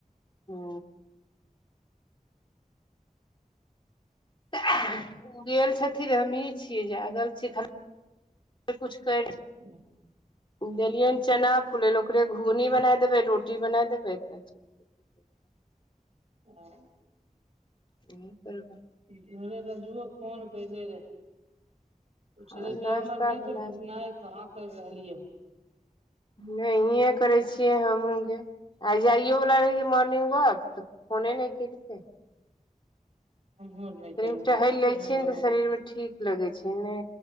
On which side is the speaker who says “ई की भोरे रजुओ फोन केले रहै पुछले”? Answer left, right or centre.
Right